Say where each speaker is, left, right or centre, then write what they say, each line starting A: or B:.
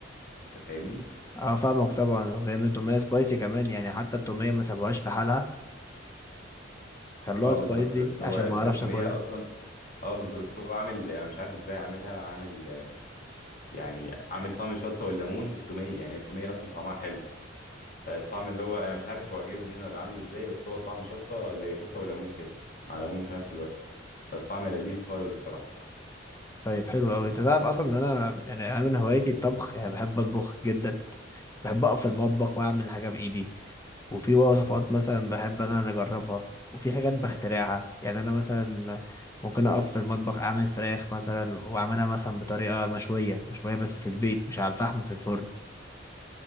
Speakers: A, on the left; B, on the left.
A: انت فاهمني
B: اه فاهمك طبعا وبيعملوا تومية سبايسي كمان يعني حتى التومية ما سابوهاش في حالها خلوها
A: اه بالظبط
B: سبايسي
A: بس
B: عشان
A: هو الت-
B: ما اعرفش
A: التومية
B: اكلها
A: اصلا اه بالظبط بس هو عامل انا مش عارف ازاي عاملها عامل آه، يعني عامل طعم الشطة والليمون في التومية يعني التومية اصلا طعمها حلو فالطعم اللي هو انا مش عارف هو جايبه منين ولا عامله ازاي بس هو طعم شطة زي شطة وليمون كده مع ليمون في نفس الوقت فالطعم لذيذ خالص بصراحة
B: طيب حلو قوي انت تعرف اصلا ان انا يعني انا من هوايتي الطبخ يعني بحب اطبخ جدا بحب اقف في المطبخ واعمل حاجه بايدي وفي وصفات
A: مهم.
B: مثلا بحب انا اللي اجربها وفي حاجات بخترعها يعني انا مثلا ممكن اقف في المطبخ اعمل فراخ مثلا واعملها مثلا بطريقه مشويه مشويه بس في البيت مش على الفحم في الفرن